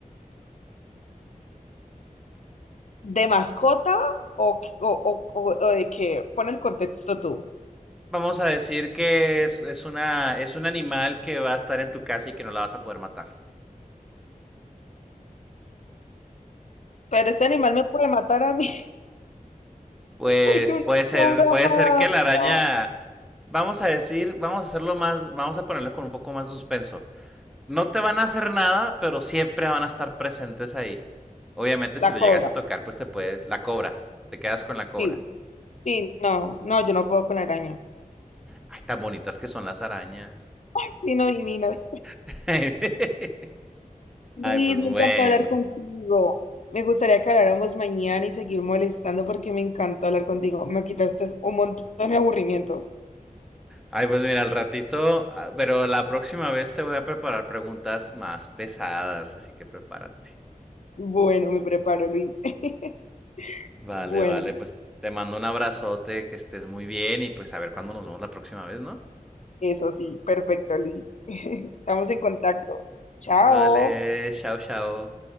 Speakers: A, on the left; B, in the centre.
A: ¿De mascota o, qu- o, o, o- o de qué? Pon el contexto tú.
B: Vamos a decir que es, es una, es un animal que va a estar en tu casa y que no la vas a poder matar.
A: Pero ese animal me puede matar a mí
B: Pues
A: <laughs> porque una
B: puede ser,
A: cobra
B: puede
A: mata.
B: ser que la araña,
A: No,
B: vamos a decir, vamos a hacerlo más, vamos a ponerlo con un poco más de suspenso. No te van a hacer nada, pero siempre van a estar presentes ahí. Obviamente si
A: La
B: lo
A: cobra,
B: llegas a tocar, pues te puede, la cobra, te quedas con la cobra.
A: sí. Sí, no, no, yo no puedo con la araña.
B: Ay, tan bonitas que son las arañas.
A: <laughs> Ay, sí, no adivinas.
B: <laughs> Ay,
A: Luis,
B: pues
A: me
B: bueno.
A: encantó hablar contigo. Me gustaría que habláramos mañana y seguir molestando porque me encantó hablar contigo. Me quitaste un montón de aburrimiento.
B: Ay, pues mira, al ratito, ah, pero la próxima vez te voy a preparar preguntas más pesadas, así que prepárate.
A: Bueno, me preparo, Luis. <laughs>
B: Vale,
A: Bueno,
B: vale, pues te mando un abrazote, que estés muy bien y pues a ver cuándo nos vemos la próxima vez, ¿no?
A: eso sí, perfecto, Luis. <laughs> Estamos en contacto. Chao.
B: Vale, chao, chao.